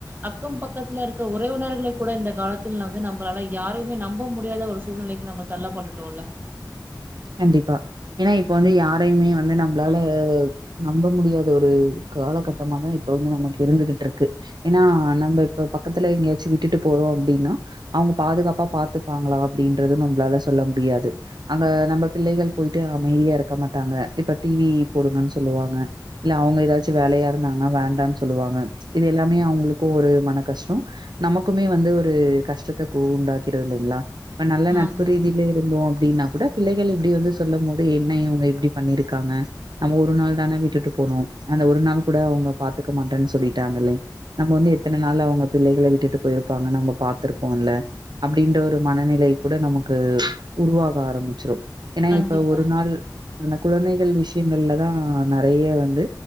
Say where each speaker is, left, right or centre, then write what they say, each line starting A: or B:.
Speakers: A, on the right; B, on the right.
A: அக்க பக்கத்தில இருக்க உறவினர்களை கூட இந்த காலத்தில் வந்து நம்பளால யாரையு மே நம்ப முடியாத ஒரு சூழ்நிலைக்கி நம்ம தள்ளப்பட்டுட்டோம்ல்ல
B: கண்டிப்பா ஏன்னா இப்ப வந்து யாரையுமே வந்து நம்மளால நம்ப முடியாத ஒரு காலகட்டமாதா இப்ப வந்து நமக்கு இருந்துகிட்டுருக்கு ஏனா நம்ம இப்ப பக்கத்துல எங்கயாச்சு விட்டுட்டு போறோ அப்டின்னா அவுங்க பாதுகாப்பா பாத்துக்குவாங்களா அப்டின்றது நம்ளால சொல்ல முடியாது அங்க நம்ப பிள்ளைகள் போய்ட்டு அமைதியா இருக்க மாட்டாங்க இப்ப டி வி போடுங்கன்னு சொல்லுவாங்க இல்ல அவுங்க ஏதாச்சு வேலயா இருந்தாங்கன்னா வேண்டான்னு சொல்லுவாங்க இது எல்லாமே அவங்களுக்கு ஒரு மன கஷ்டம் நமக்குமே வந்து ஒரு கஷ்டத்த கு உண்டாக்கிடும் இல்லைங்களா ப நல்ல நட்பு
A: ஆமா
B: ரீதில இருந்தோ அப்டின்னா கூட பிள்ளைகள் இப்டி வந்து சொல்லும்மோது என்ன இவுங்க இப்டி பண்ணிருக்காங்க நம்ம ஒரு நாள் தான வீட்டுட்டு போனோ அந்த ஒரு நாள் கூட அவுங்க பாத்துக்க மாட்டன்னு சொல்லிட்டாங்கலே நம்ம வந்து எத்தன நாள் அவுங்க பிள்ளைகள விட்டுட்டு போயிருப்பாங்க நம்ப பாத்துருப்போம்ல அப்டின்ற ஒரு மனநிலை கூட நமக்கு உருவாக ஆரம்பி ச்சிரும் ஏனா
A: கண்டிப்பா
B: இப்ப ஒரு நாள் அந்த குழந்தைகள் விஷயங்கள்லதா நறைய வந்து